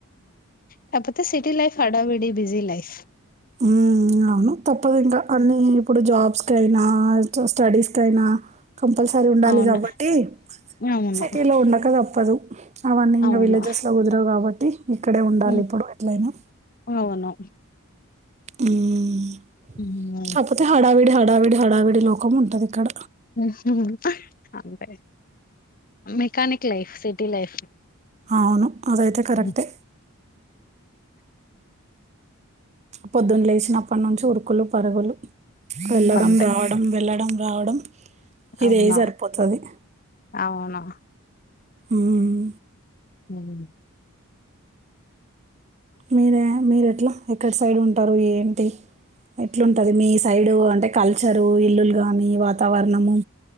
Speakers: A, on the left; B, on the right.
A: కాపోతే సిటీ లైఫ్ హడావిడి బిజీ లైఫ్.
B: ఉ అవును తప్పదు ఇంకా అన్ని ఇప్పుడు జాబ్స్ కయినా, చొ స్టడీస్ కయినా కంపల్సరీ ఉండాలి
A: అవును.
B: కాబట్టి
A: అవును.
B: సిటీ లో ఉండక దప్పదు. అవన్నీ ఇంకా
A: అవును.
B: విలేజెస్లో కుదరవు కాబట్టి ఇక్కడే ఉండాలి
A: హ్మ్.
B: ఇప్పుడు ఎట్లయినా
A: అవును.
B: ఉమ్
A: హ్మ్.
B: కాపొతే హడావిడి, హడావిడి, హడావిడి లోకం ఉన్టది ఇక్కడ.
A: ఊహ్హ్మ్ హ్ అంతే మెకానిక్ లైఫ్, సిటీ లైఫ్.
B: ఔను అదైతే కరక్టే.
A: హ్మ్.
B: పొద్దున్ లెచినప్పట్నుంచి ఉరుకులు పరుగులు, వెళ్ళడం
A: అంతే.
B: రావడం వెళ్ళడం రావడం
A: అవును.
B: ఇదే సరిపోతది.
A: అవును.
B: ఉమ్
A: ఉమ్
B: మీరే మీరేట్లా ఎక్కడ్ సైడ్ ఉంటరు ఏంటి? ఎట్లుంటది మీస్ సైడు అంటే కల్చరు ఇల్లుల్ గానీ వాతావరణము.